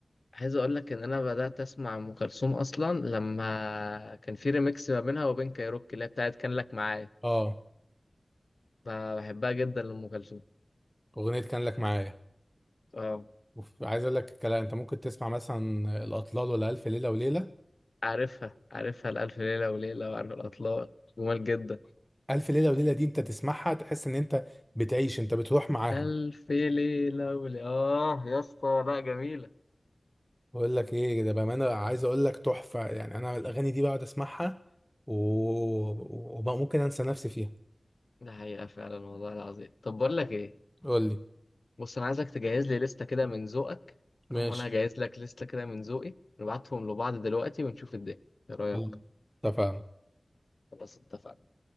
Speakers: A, on the left; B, in the centre.
A: عايز اقول لك ان انا بدأت اسمع ام كلثوم اصلا لما كان في ريميكس ما بينها وبين كايروكي اللي هي بتاعت كان لك معايا
B: اه
A: ب- بحبها جدا لام كلثوم
B: اغنيه كان لك معايا
A: اه
B: وف- عايز اقول لك الكلام انت ممكن تسمع مثلا الاطلال ولا الف ليله وليله
A: عارفها عارفها الألف ليلة وليلة وعارف الأطلال جمال جدا
B: ألف ليلة وليلة دي أنت تسمعها تحس إن أنت بتعيش أنت بتروح معاها
A: ألف ليلة وليلة آه يا اسطى لا جميلة
B: بقول لك إيه ده بأمانة عايز أقول لك تحفة يعني أنا الأغاني دي بقعد أسمعها و... وممكن أنسى نفسي فيها
A: ده حقيقة فعلا والله العظيم طب بقول لك إيه
B: قول لي
A: بص أنا عايزك تجهز لي لستة كده من ذوقك
B: ماشي
A: أما أنا هجهز لك لستة كده من ذوقي نبعتهم لبعض دلوقتي ونشوف الدنيا إيه رأيك؟
B: خلاص. اتفقنا
A: خلاص اتفقنا